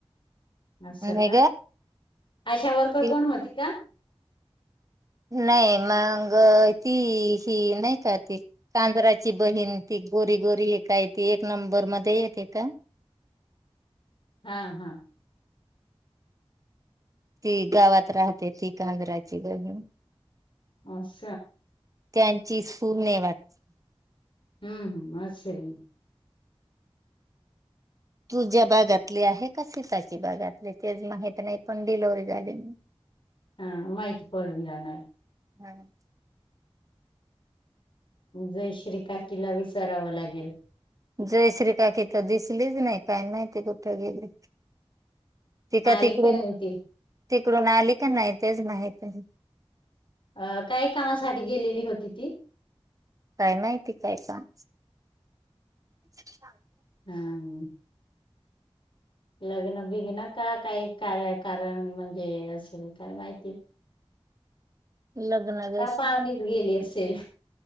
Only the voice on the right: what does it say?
नाही
ग
नाही मग ती ही कां ती <unintelligible> बहीण ती गोरी गोरी एक काय ते एक नंबर मध्ये येते का?
ती गावात राहते ती कागराची बहीण.
त्यांची सून आहे वाटत.
तुझ्या भागातली आहे का <unintelligible> भागातली तेच माहित नाही पण डिलिवरी झाली
हम्म.
जय श्री काकी. दिसलीच नाही काय माहिती. कुठे गेलेत. ती का
तिकडून,
तिकडून आली का नाही? तेच माहित आहे.
काय माहिती काय सांगस. <inaudible>
लग्न जशी